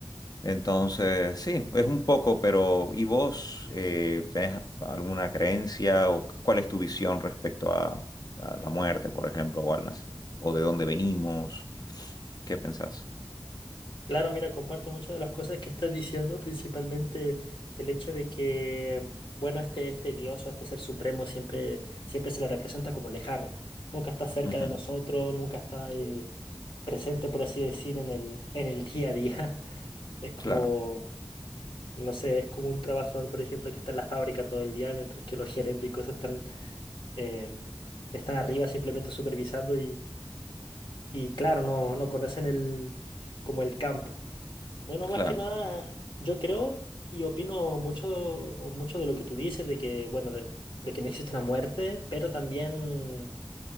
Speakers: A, on the left (about 50°); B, on the left (about 75°).
A: Entonces, sí, es un poco, pero ¿y vos eh, tenés alguna creencia o cu- cuál es tu visión respecto a, a la muerte, por ejemplo, o, al nac- o de dónde venimos? ¿Qué pensás?
B: Claro, mira, comparto muchas de las cosas que estás diciendo, principalmente el hecho de que, bueno, este, este Dios o este ser supremo siempre, siempre se le representa como lejano. Nunca está cerca
A: Ujú,
B: de nosotros, nunca está eh, presente, por así decir, en el, en el día a día. <laughs> Es como,
A: Claro,
B: no sé, es como un trabajador, por ejemplo, que está en la fábrica todo el día, mientras que los gerentes y cosas están, em, están arriba simplemente supervisando y claro, no, no conocen el, como el campo. Bueno,
A: claro.
B: más que nada, yo creo y opino mucho, mucho de lo que tú dices, de que, bueno, de, de que no existe una muerte, pero también,